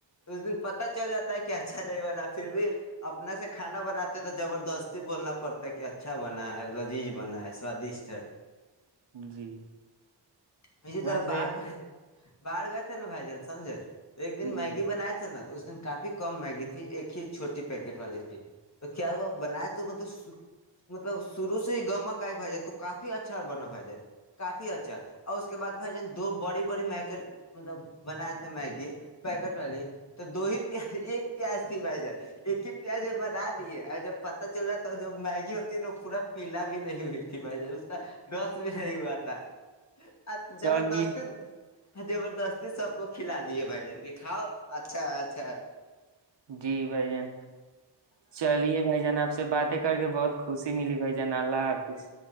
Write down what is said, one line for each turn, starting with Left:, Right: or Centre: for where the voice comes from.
Left: تو اس دن پتہ چل جاتا ہے کہ اچھا نہیں بنا پھر بھی اپنا سے کھانا بناتے ہیں تو زبردستی بولنا پڑتا ہے کہ اچھا بنا ہے لذیذ بنا ہے سوادشٹ ہے
Right: جی
Left: میری
Right: ویسے
Left: طرف باہر باہر گئے تھے نا بھائی جان سمجے تو ایک دن
Right: جی
Left: میگی نا تو اس دن کافی کم میگی تھی ایک ہی چھوٹی پیکٹ والی تھی تو کیا وہ بنائے تو مب مطلب شروع سے ہی گمک آئیائی جائے تو کافی اچھا بناائی جائے کافی اچھا اور اس کے بعد بھائی جان دو بڑی بڑی میکٹ مطلب بنائے تھے میگی والی تو دو ہی پیہ ایک پیاز تھی بھائی جائے ایک ہی پیاز بنا دیے جب پتا چل رہا تھا تو جو میگی ہوتی ہے نا وہ پورا پیلا بھی نہیں ہوئی بھائی جان اس کا رس بھی نہیں ہوا تھا تہ ا زبردست
Right: چلیے
Left: زبردستی سب کو کھلا دیے بھائی جان کے کھاؤ اچھا ہے اچھا
Right: جی بھائی جان چلیے بھائی جان آپ سے باتیں کر کے بہت خوشی ملی بھائی جان اللہ حافظ